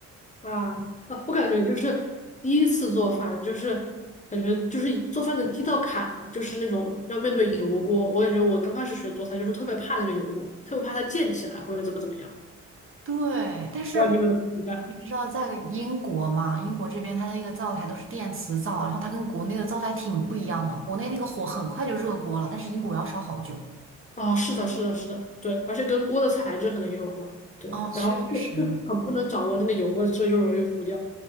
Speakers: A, on the left; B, on the right.
A: 啊啊，我感觉就是第一次做饭，就是感觉就是做饭的第一道坎吧，就是那种要面对油锅。我感觉我刚开始学做菜，就是特别怕那个油锅，特别怕它溅起来或者怎么怎么样。
B: 对，但是
A: 不知道你有没有同感？
B: 你知道在英国嘛？英国这边它的那个灶台都是电磁灶，然后它跟国内的灶台挺不一样的。国内那个火很快就热锅了，但是英国要烧好久。
A: 啊，是的，是的，是的，对，而且跟锅的材质可能也有关，对，
B: 哦，
A: 然后就很不能掌握那个油温，
B: 确实
A: 所以就容易糊掉。